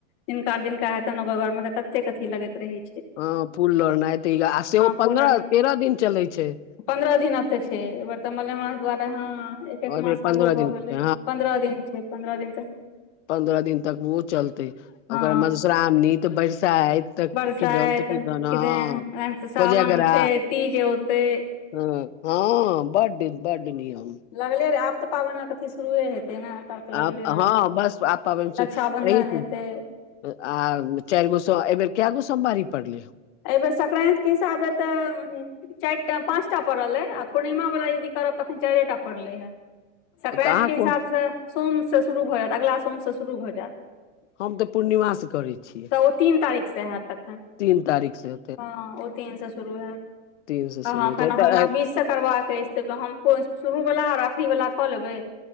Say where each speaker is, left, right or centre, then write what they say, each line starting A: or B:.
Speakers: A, on the left; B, on the left.
A: जिनका जिनका हेतनि ओ घर मे तऽ कते अथी लगैत रही
B: हँ फूल लोढ़नाइ तऽ ई आ सेहो
A: फूल
B: पन्द्रह
A: आर
B: तेरह दिन चलैत छैय।
A: पन्द्रह दिन तऽ छैय एहि बेर तऽ मलेमास दुआारे हँ। एक एक
B: ओहिमे
A: मास
B: पन्द्रह
A: आगू भऽ
B: दिन
A: गेलै
B: के छै,
A: पन्द्रह दिन छैय पन्द्रह दिन तऽ।
B: पंद्रह दिन तक ओहो चलते
A: हँ
B: ओकर मधुश्रावणी तऽ बरसाइत। तऽ
A: बरसाइत
B: कि दन तऽ कि दन हँ
A: किदैन
B: कोजगरा
A: सावन छै तीज औतै
B: ह। हँ बड ब्ड नियम।
A: लगले रहै आब तऽ पाबनि कथी शुरुए हेतै ने। तब तऽ
B: आ
A: लगले
B: हँ
A: रहतै
B: बस आ अहि
A: रक्षाबंधन हेतै
B: आ चारि गो स एहि बेर क गो सोमवारी पड़ले?
A: एहि बेेर सक्रान्तिके हिसाब हे तऽ चारि टा पाँच टा पड़ल अइ आ पूर्णिमा वालला यदि करब तखन चारिे टा पड़लै हे। संक्राइत
B: तऽ अहाँ
A: के हिसाब
B: को
A: से सोम से शुरू भऽ जायत अगिला सोम से शुरु हो जायत
B: हम तऽ पूर्णिमा से करै छियै
A: त ओ तीन तारीख से होयत तखैन।
B: तीन तारीख से।
A: हँ ओ तीन से शुरू होयत
B: तीन से
A: अहाँ
B: शुरू हेतै
A: हमरा बीस से करबाक अछि तऽ हम शुरूवला आ अखरी वला कऽ लेबै